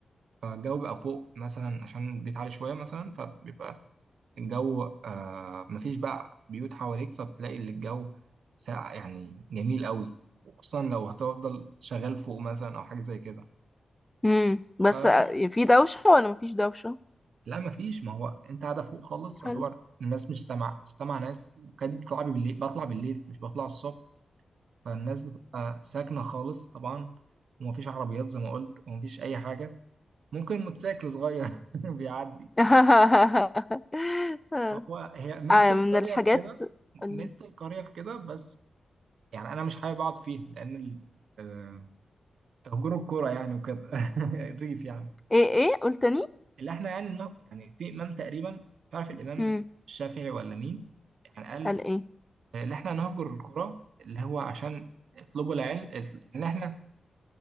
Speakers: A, on the right; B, on the left.
A: فالجو بقى فوق مثلا عشان البيت عالي شويه مثلا فبيبقى الجو آه مفيش بقى بيوت حواليك فبتلاقي اللي الجو ساقع يعني جميل قوي وخصوصا لو هتفضل شغال فوق مثلا او حاجه زي كده
B: مم. بس
A: ف
B: آه، في دوشة ولا مفيش دوشة؟
A: لا مفيش ما هو انت قاعده فوق خالص
B: حلو
A: يعتبر الناس مش سامعه مش سامعه ناس وكانت بتطلع بالليل بطلع بالليل مش بطلع الصبح فالناس بتبقى ساكنة خالص طبعا ومفيش عربيات زي ما قلت ومفيش أي حاجة ممكن موتوسيكل صغير <laughs> بيعدي
B: <laughs>
A: فهو هي ميزة
B: آه
A: القرية
B: من الحاجات
A: في كده
B: قال
A: ميزة
B: لي
A: القرية في كده بس يعني أنا مش حابب أقعد فيها لأن ال- آه، هجور الكورة يعني وكده <laughs> الريف يعني
B: ايه ايه قلت تاني
A: اللي احنا يعني إنه يعني في إمام تقريبا مش عارف الإمام
B: امم
A: الشافعي ولا مين يعني قال
B: قال ايه
A: آه، اللي احنا نهجر الكرة اللي هو عشان اطلبوا العلم اللي احنا